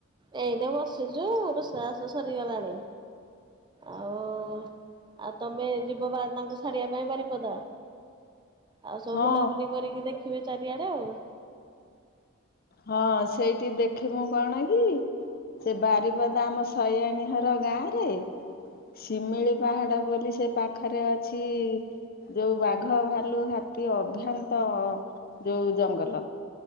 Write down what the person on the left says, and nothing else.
ହଁ
ହଁ ସେଇଠି ଦେଖିମୁ କଣ କି ସେ ବାରିପଦା ଆମ ସୟାଣୀହର ଗାଁରେ ଶିମିଳି ପାହାଡ ବୋଲି ସେ ପାଖରେ ଅଛି ଯୋଉ ବାଘ, ଭାଲୁ, ହାତୀ ଅଭ୍ୟନ୍ତ ଯୋଉ ଜଙ୍ଗଲ।